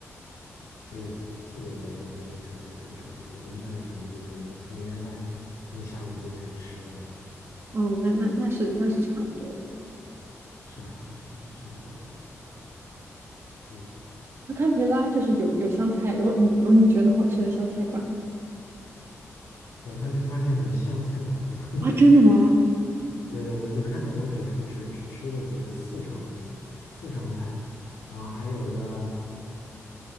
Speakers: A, on the left; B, on the right.
A: 这个这个我也不是特别的了解，我们那反正就是年夜饭，可能下午就开始吃啊，
B: 哦，那那那是那是差不多。
A: 是啊是啊是啊，差不多的。嗯，
B: 那堪培拉就是有有湘菜，有你有你觉得好吃的湘菜馆吗
A: 我都还没发现什么湘菜馆呢。<laughs>
B: 啊，真的吗？
A: 对对，我只看到我只只只吃过几个四川的四川菜，然后还有个